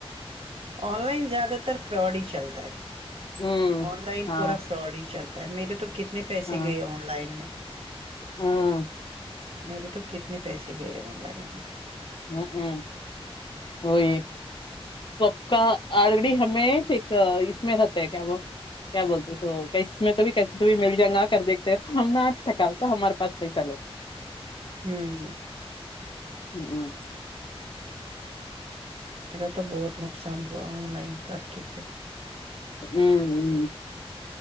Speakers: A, on the right; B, on the left.
A: آن لائن زیادہ تر فراڈ ہی چلتا ہے
B: ہوں
A: آن لائن
B: ہاں
A: پورا فراڈ ہی چلتا میرے تو کتنے کتنے پیسے
B: ہاں
A: گئے آن لائن میں
B: ہوں
A: میرے تو کتنے پیسے گئے آن لائن میں
B: ہ ہ وہی سب کا آرڑی ہمیں ایک اس میں رہتا ہے کیا وہ کیا بولتے س اس میں تو بھی مل جائ گا کر دیکتے ہیں تو ہم نے آج ٹھکا تو ہمارے پاس پیسا لے <inaudible>
A: ہمم
B: ہمم <inaudible>
A: میرا تو بہت نقصان آن لائن کر کے
B: ہمم ہمم